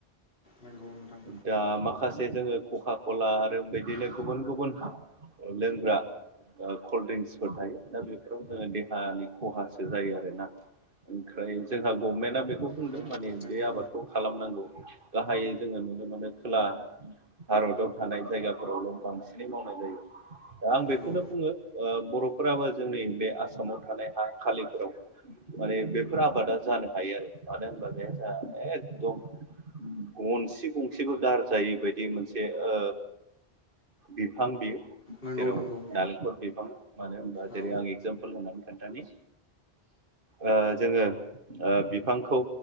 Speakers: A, on the left; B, on the right.
A: नंगौ नोंथां।
B: दा माखासे जोङो खखा खला आरो बिदिनो गुबुन गुबुन लोंग्रा ओ कल्ड ड्रिंक्सफोर थायो दा बेफोराव जोङो देहानि खहासो जायो आरोना। ओमफ्राय जोंहा गभमेन्टआ बे खौ बुंदों
A: उम
B: माने
A: नंगौ
B: बे आबादखौ खालामनांगौ गाहायै जोङो नुनो मोनो खोला भारताव थानाय जायगाफोरावल' बांसिनै मावनाय जायो। आं
A: नंगौ
B: बेखौनो बुङो ओ बर'फोराबो जोंनि बे आसामाव थानाय हा खालिफोराव माने बेफोर आबादा जानो हायो आरो मानो होनबा बे जोंहा एकदम गंसे गंसेबो गारजायि बायदि मोनसे ओ बिफां बियो
A: नंगौ
B: जेराव
A: नंगौ
B: नालेंखर बिफाङा मानो होनबा
A: औ
B: जेरै आं एगजामपोल होननानै खोन्थानि ओ जोङो ओ बि बिफांखौ